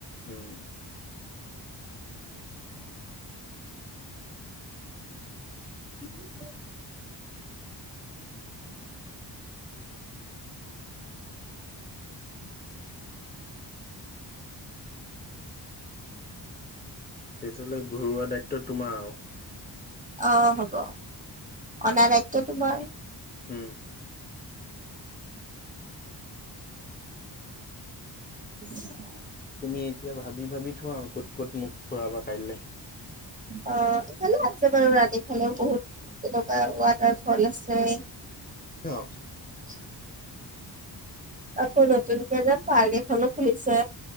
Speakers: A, on the left; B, on the right.
A: উম
B: <inaudible>
A: তেতিয়াহ'লে ঘৰুৱা দায়িত্ব তোমাৰ আৰু।
B: অ' হ'ব অনা দায়িত্ব তোমাৰ।
A: হম।
B: <inaudible>
A: তুমি এতিয়া ভাবি ভাবি থোৱা ক'ত ক'ত মোক ফুৰাবা কাইলৈ।
B: অ' এইফালেও আছে বাৰু ৰানি ফালেও বহুত তেনেকুৱা ৱাটাৰ ফল আছে।
A: অ'
B: <inaudible> আকৌ নতুনকৈ যে পাৰ্ক এখনো খুলিছে।